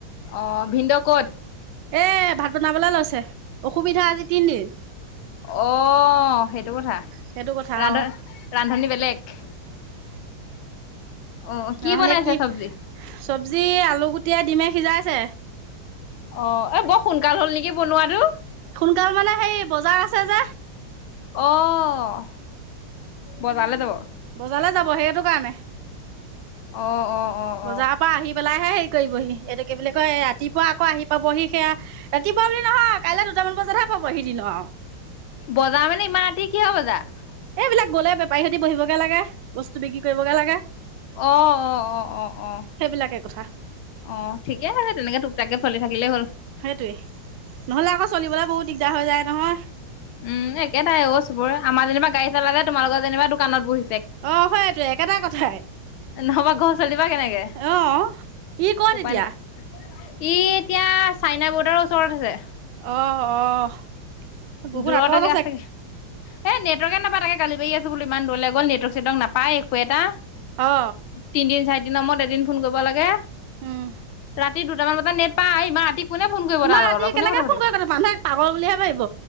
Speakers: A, on the left; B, on the right.
A: অ' ভিন্দৌ ক'ত?
B: এ ভাত বনাবলৈ লৈছে। অসুবিধা, আজি তিনদিন।
A: অ' সেইটো কথা।
B: সেইটো কথা
A: ৰান্ধ-
B: অ
A: ৰান্ধনী বেলেগ। অ
B: নহলে
A: বনাইছে
B: কি,
A: চব্জি
B: চব্জি, আলু গুটিয়ে-ডিমে সিজাইছে।
A: অ' এ বৰ সোনকাল হ'ল নেকি বনোৱাটো?
B: সোনকাল মানে সেই বজাৰ আছে যে।
A: অ' বজাৰলে যাব?
B: বজাৰলে যাব। সেয়েটো কাৰণে।
A: অ' - অ'।
B: বজাৰৰ
A: অ
B: পৰা আহি পেলাইহে হেৰি কৰিবহি, এইটো কি বুলি কয়, ৰাতিপুৱা আকৌ আহি পাবহি সেয়া। ৰাতিপুৱা বুলি নহয়, কাইলৈ দুটামান বজাতহে পাবহি দিনৰ
A: বজাৰ মানে ইমান ৰাতি কিহৰ বজাৰ?
B: এইবিলাক গ'লে বেপাৰীৰ সৈতি বহিবগে লাগে, বস্তু বিক্ৰী কৰিবগে লাগে।
A: অ' - অ' - অ' - অ' - অ'।
B: সেইবিলাকে কথা
A: অ ঠিকে হ তেনেকে তোক তাকে চলি থাকিলেই হ'ল।
B: সেইটোৱে
A: <unintelligible>
B: নহলে আকৌ চলিবলৈ বহুত দিগদাৰ হৈ যায় নহয়।
A: উম একেটাই চব আমাৰ যেনিবা গাড়ী চালে তোমালোকৰ যেনিবা দোকানত বহি
B: অ হয়টোৱে একেটা কথাই।
A: নহবা ঘ চলিবা কেনেকে
B: অ ই ক'ত
A: উপায়
B: এতিয়া
A: ন। <unintelligible> ই এতিয়া চাইনা বৰ্ডাৰৰ ওচৰত আছে।
B: অ অ বহুত
A: দূৰতেকে
B: আঁতৰত
A: আছেগে এই নেটৱৰ্কে নাপাবা তাগে গালি পাৰি আছো বো ইমান দূৰলে গ'ল নেটৱৰ্ক চেটৰ্ক নাপায়। পাই একো এটা
B: অ
A: তিনিদিন চাৰিদিনৰ মূৰত এদিন ফোন কৰিব লাগে।
B: উম
A: ৰাতি দুটামান বজাত নেট পাই ইমান ৰাতি কোনে ফোন কৰিব
B: ইমান
A: তাৰ লগত
B: ৰাতি
A: বা কোনে
B: কেনেকে
A: কথা পাতিব।
B: ফোন কৰি মানুহে পাগল বুলিহে ভাবিব